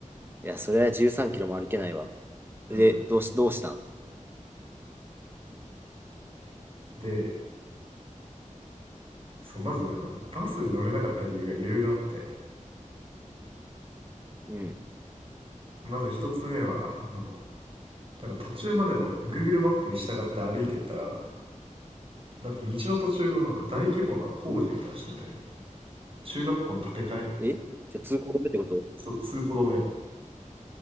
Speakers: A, on the right; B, on the right.
A: いや、それは13キロも歩けないわ。
B: うん。
A: で、どうし、どうしたん
B: で、そう、まずね、あの、バスに乗れなかった理由がいろいろあって。
A: うん。
B: まず1つ目は、あの、なんか途中までの Google
A: うん。
B: マップに従って歩いてったら、なんか道の途中をなんか大規模な工事みたいなのしてて、
A: うん
B: 中学校の建て替え、
A: えじゃあ通行止めってこと
B: そう、通行止め